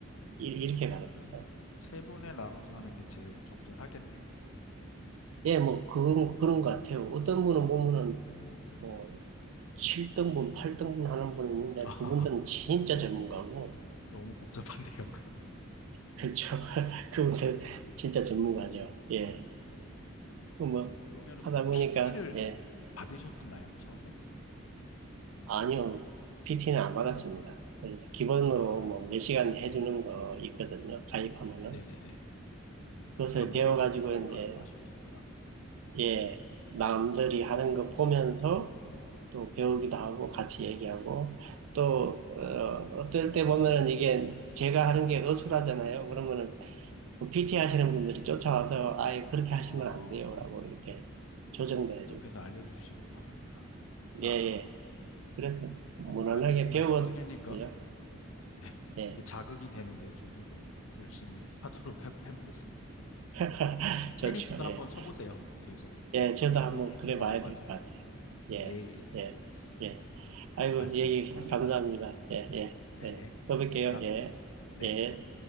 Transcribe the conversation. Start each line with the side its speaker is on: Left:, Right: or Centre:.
Right: 이- 이렇게
Left: 그러면은
Right: 가는 거죠.
Left: 세 번에 나눠서 하는 게 제일 적절하겠네요.
Right: 예, 뭐 그건 그런 것 같아요. 어떤 분은 보면은 뭐 7등분, 8등분 하는 분이 있는데
Left: <laughs> 아,
Right: 그분들은 진짜
Left: 너무,
Right: 전문가고
Left: 너무 복잡한데요, <laughs> 그럼.
Right: 그렇죠. <laughs> 그분들 진짜 전문가죠. 예. 그 뭐
Left: 그러면은
Right: 하다 보니까
Left: PT를
Right: 예.
Left: 받으셨나요? 처음에?
Right: 아니요. PT는 안 받았습니다. 그래서 기본으로
Left: 아,
Right: 뭐 몇 시간 해주는 거 있거든요. 가입하면은.
Left: 네네네. 음,
Right: 그것을
Left: 안
Right: 배워가지고
Left: 배우고도
Right: 이제
Left: 바로 하실 수 있구나.
Right: 예 남들이 하는 거 보면서 또 배우기도 하고 같이 얘기하고 또 어, 어떨 때 보면은 이게 제가 하는 게 어수라잖아요. 그러면은 그 PT 하시는 분들이 쫓아와서 아예 그렇게 하시면
Left: 아,
Right: 안 돼요라고 이렇게 조정도 해고
Left: 옆에서 알려주시기도 하는구나. 아,
Right: 예 예. 그래서 무난하게
Left: 어, 말, 말씀
Right: 배웠어요.
Left: 드리니까 <laughs> 네,
Right: 예.
Left: 되게 자극이 되는데요. 저도 좀 열심히 <laughs> 하도록 해, 해보겠습니다.
Right: <laughs> 좋죠.
Left: 테니스도
Right: 예.
Left: 한번 쳐보세요. 요새
Right: 예, 저도
Left: 접근이
Right: 한번 그래
Left: 좋아져가지고.
Right: 봐야 될 것 같아요. 예.
Left: 예, 예.
Right: 예. 예.
Left: 오늘
Right: 아이고,
Left: 말씀
Right: 얘기
Left: 즐거웠습니다.
Right: 감사합니다. 예, 예,
Left: 네,
Right: 예. 또 뵐게요.
Left: 고맙습니다.
Right: 예,
Left: 네.
Right: 예.